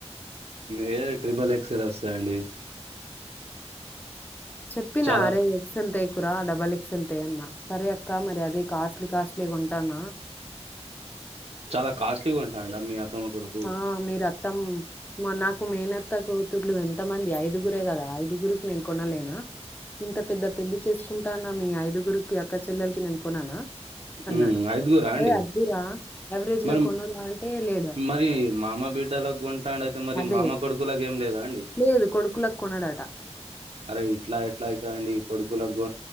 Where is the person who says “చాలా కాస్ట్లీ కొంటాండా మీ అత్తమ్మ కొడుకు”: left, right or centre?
Right